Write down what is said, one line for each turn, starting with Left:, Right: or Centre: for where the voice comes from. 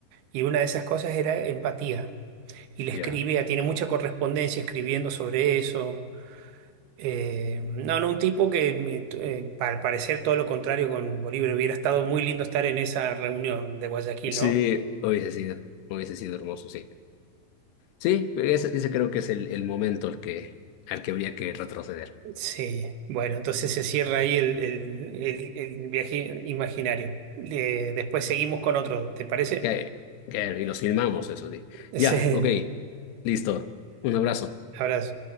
Right: y una de esas cosas era empatía. Y le escribía,
Left: Ya.
Right: tiene mucha correspondencia escribiendo sobre eso. Eh, no, no, un tipo que me- eh, pa- al parecer todo lo contrario con Bolívar. Hubiera estado muy lindo estar en esa reunión de Guayaquil,
Left: Sí,
Right: ¿no?
Left: hubiese sido, hubiese sido hermoso, sí. Sí, ese, ese creo que es el, el momento al que, al que habría que retroceder.
Right: Sí, bueno, entonces se cierra ahí el, el- el- el viaje imaginario. Eh, después seguimos con otro, ¿te parece?
Left: Que- que- y los filmamos, eso sí.
Right: <laughs>
Left: Ya,
Right: Sí,
Left: ok. Listo. Un abrazo.
Right: abrazo.